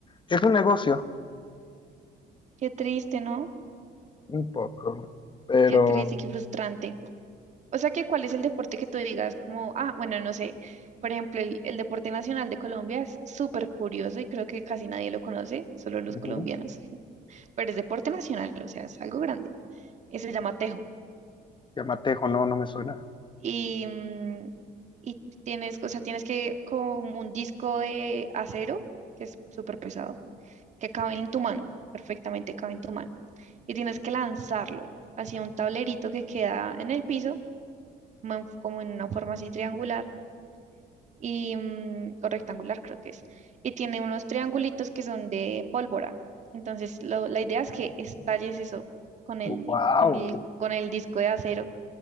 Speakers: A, on the left; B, on the right.
A: es un negocio,
B: Qué triste, ¿no?
A: un poco, pero
B: Qué triste y qué frustrante. O sea que, ¿cuál es el deporte que tú digas como, ah, bueno, no sé, por ejemplo, el, el deporte nacional de Colombia es súper curioso y creo que casi nadie lo conoce, solo los
A: ujú,
B: colombianos, <laughs> pero es deporte nacional, o sea, es algo grande. eh, se llama Tejo.
A: Yamatejo no, no me suena.
B: Y, mm, y tienes, o sea, tienes que como un disco de acero, que es súper pesado, que cabe en tu mano, perfectamente cabe en tu mano. Y tienes que lanzarlo hacia un tablerito que queda en el piso, como en, como en una forma así triangular y, mm, o rectangular creo que es. Y tiene unos triangulitos que son de pólvora. Entonces, lo- la idea es que estalles eso con el,
A: Wow,
B: con el, con el disco de acero